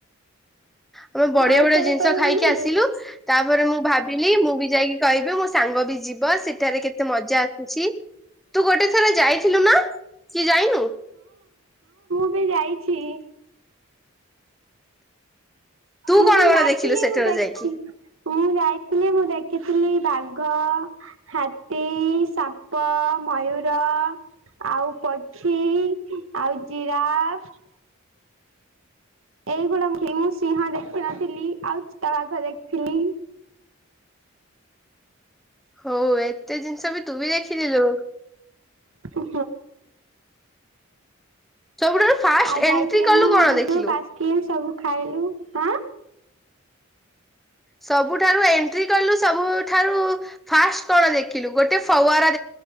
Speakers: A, in the centre; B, on the right (about 70°).
A: ଆମେ ବଢିଆ
B: ଆଉ
A: ବଢିଆ
B: କୁଆଡେ
A: ଜିନିଷ
B: କୁଆଡେ
A: ଖାଇକି
B: ବୁଲିଲୁ?
A: ଆସିଲୁ ତାପରେ ମୁଁ ଭାବିଲି ମୁଁ ବି ଯାଇକି କହିବି ମୋ ସାଙ୍ଗ ବି ଯିବ ସେଠାରେ କେତେ ମଜା ଆସୁଛି। ତୁ ଗୋଟେ ଥରେ ଯାଇଥିଲୁ ନା, କି ଯାଇନୁ?
B: ଏବେ ଯାଇଛି।
A: ତୁ
B: ମୁ
A: କଣ
B: ବି
A: କଣ
B: ଯାଇଥିଲି।
A: ଦେଖିଲୁ ସେଠାରୁ
B: ମୁଁ ଦେଖି
A: ଯାଇକି?
B: ମୁଁ ଯାଇଥିଲି ମୁଁ ଦେଖିଥିଲି ବାଘ। ହାତୀ, ସାପ, ମୟୁର।। ଆଉ ପକ୍ଷି, ଆଉ ଜିରାଫ। ଏଇଗୁଡା ମୁଁ ସିଂହ ଦେଖିନଥିଲି ଆଉ ଚିତା ଵାଘ ଦେଖିଥିଲି।
A: ହଉ ଏତେ ଜିନିଷ ବି ତୁ ବି ଦେଖିଥିଲୁ।
B: ହଁ
A: ସବୁଠାରୁ ଫାଷ୍ଟ
B: ଆଉ ଯାଇଥିଲି
A: ଏଣ୍ଟ୍ରି କଲୁ
B: ମୁଁ
A: କଣ
B: ଗୁଡୁ।।
A: ଦେଖିଲୁ?
B: କିଏ ସବୁ ଖାଇଲୁ ହଁ।
A: ସବୁଠାରୁ ଏ କିଲୁ ସବୁଠାରୁ ଫାଷ୍ଟ କଣ ଦେଖିଲୁ ଗୋଟେ ଫୱାର